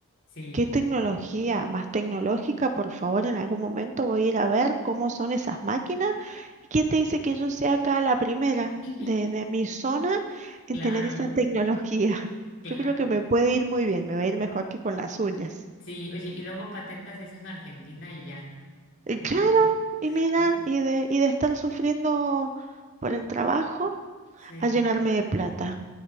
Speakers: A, on the left; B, on the right.
A: Sí.
B: ¿qué tecnología más tecnológica? Por favor, en algún momento voy a ir a ver cómo son esas máquinas. ¿Y quién te dice que yo sea acá la primera
A: <laughs>
B: de, de mi zona en
A: Claro,
B: tener esa tecnología? <laughs>
A: claro.
B: Yo creo que me puede ir muy bien, me va a ir mejor que con las uñas.
A: Sí, oye, y luego patentas eso en Argentina y ya. <laughs>
B: Y
A: En
B: claro,
A: México,
B: y mira,
A: ¿No?
B: y de, y de estar sufriendo por el trabajo
A: Sí,
B: a llenarme de plata.